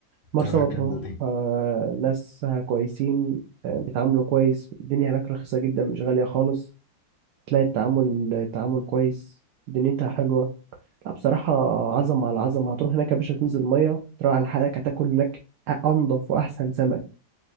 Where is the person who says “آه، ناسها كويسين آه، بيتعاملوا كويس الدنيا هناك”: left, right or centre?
Right